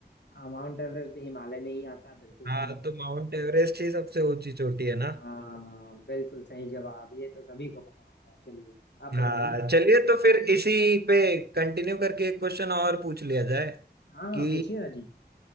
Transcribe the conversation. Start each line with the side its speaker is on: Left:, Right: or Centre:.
Left: हाँ, माउंट एवरेस्ट भी हिमालय में ही आता है बिल्कुल
Right: हाँ
Left: सही
Right: तो माउंट एवरेस्ट ही सबसे ऊंची चोटी है ना
Left: हाँ बिल्कुल सही जवाब ये तो सभी को पता होता है चलिए आप बताइए
Right: हाँ चलिए तो फिर इसी पे कंटिन्यू करके एक क्वेश्चन और पूछ लिया जाए
Left: हाँ
Right: कि
Left: पूछिए ना जी